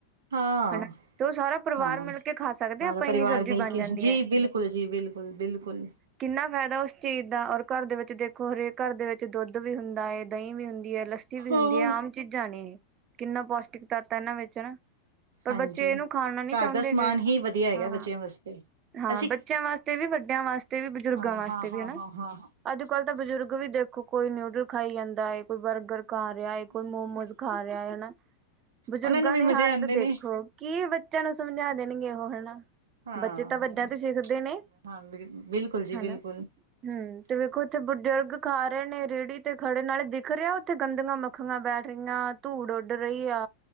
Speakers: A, on the right; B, on the right.
A: ਹਾਂ,
B: ਹੈਨਾ ਤੋ ਓ ਸਾਰਾ ਪਰਿਵਾਰ
A: ਹਾਂ।
B: ਮਿਲ ਕੇ ਖਾ ਸਕਦੇ
A: ਸਾਰਾ
B: ਆ ਆਪਾਂ
A: ਪਰਿਵਾਰ
B: ਏਨੀ ਸਬਜ਼ੀ
A: ਮਿਲ
B: ਬਣ
A: ਕੇ
B: ਜਾਂਦੀ
A: ਜੀ
B: ਐ।
A: ਬਿਲਕੁਲ ਜੀ ਬਿਲਕੁਲ-ਬਿਲਕੁਲ।
B: ਕਿੰਨਾ ਫੈਦਾ ਉਸ ਚੀਜ਼ ਦਾ ਔਰ ਕੱਰ ਦੇ ਵਿੱਚ ਦੇਖੋ ਹਰੇਕ ਕੱਰ ਦੇ ਵਿੱਚ ਦੁੱਧ ਵੀ ਹੁੰਦਾ ਐ, ਦਹੀਂ ਵੀ ਹੁੰਦੀ ਏ, ਲੱਸੀ ਵੀ
A: ਹਾਂ,
B: ਹੁੰਦੀ ਏ ਆਮ ਚੀਜ਼ਾਂ ਨੇ ਕਿੰਨਾ ਪੌਸ਼ਟਿਕ ਤੱਤ ਏਨਾਂ ਵਿੱਚ ਨਾ ਹੈਨਾ ਪਰ
A: ਹਾਂਜੀ
B: ਬੱਚੇ ਇਨੂੰ ਖਾਣਾ ਨੀ
A: ਘਰ
B: ਚਾਹੁੰਦੇ
A: ਦਾ ਸਮਾਨ
B: ਹੈਗੇ
A: ਹੀ ਵਧੀਆ ਹੈਗਾ
B: ਹਾਂ।
A: ਬੱਚਿਆਂ ਵਾਸਤੇ
B: ਹਾਂ
A: ਅਸੀਂ
B: ਬੱਚਿਆਂ ਵਾਸਤੇ ਵੀ, ਵੱਡਿਆਂ ਵਾਸਤੇ ਵੀ, ਬਜ਼ੁਰਗਾਂ
A: ਹਾਂ
B: ਵਾਸਤੇ
A: ਹਾਂ
B: ਵੀ
A: ਹਾਂ
B: ਹਨਾ।
A: ਹਾਂ ਹਾਂ
B: ਅੱਜ-ਕੱਲ ਤਾਂ ਬਜ਼ੁਰਗ ਵੀ ਦੇਖੋ ਕੋਈ ਨਿਊਡਲ ਖਾਈ ਜਾਂਦਾ ਐ ਕੋਈ ਬਰਗਰ ਖਾ ਰੈਯਾ ਏ ਕੋਈ ਮੋਮੋਸ ਖਾ ਰੈਯਾ ਏ ਹੈਨਾ ਬਜ਼ੁਰਗਾਂ
A: ਉਹਨਾਂ ਨੂੰ ਵੀ
B: ਦੇ
A: ਮਜ਼ੇ
B: ਹਾਲਤ
A: ਆਉਂਦੇ ਨੇ
B: ਦੇਖੋ ਕੀ ਬੱਚਿਆਂ ਨੂੰ ਸਮਝਾ ਦੇਣਗੇ ਓ ਹੈਨਾ।
A: ਹਾਂ
B: ਬੱਚੇ ਤਾਂ ਵੱਡਿਆਂ ਤੋਂ ਸਿੱਖਦੇ ਨੇ,
A: ਹਾਂ ਬਿਲ ਬਿਲਕੁਲ ਜੀ
B: ਹੈਨਾ
A: ਬਿਲਕੁਲ
B: ਹੂੰ। ਤੇ ਵੇਖੋ ਓਥੇ ਬੁਜ਼ੁਰਗ ਖਾ ਰਹੇ ਨੇ ਰੇੜੀ ਤੇ ਖੜੇ ਨਾਲੇ ਦਿਖ ਰੈਯਾ ਓਥੇ ਗੰਦਆਂ ਮੱਖਾਂ ਬੈਠ ਰਹੀਆਂ ਧੂੜ ਉੱਡ ਰਹੀ ਆ